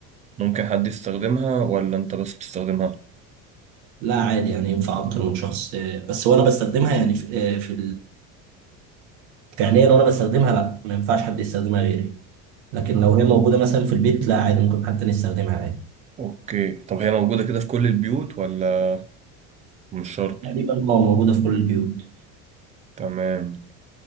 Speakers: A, on the right (about 20°); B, on the right (about 80°).
A: ممكن حد يستخدمها ولا انت بس بتستخدمها
B: لا عادي يعني ينفع أكتر من شخص آه، بس وأنا بستخدمها يعني في, آه، في فعليا وانا بستخدمها لا ما ينفعش حد يستخدمها غيري لكن لو هي موجوده مثلا في البيت لا عادي ممكن حد تاني يستخدمها عادي
A: اوكي طب هي موجودة كده في كل البيوت ولا مش شرط
B: تقريبا اه موجوده في كل البيوت
A: تمام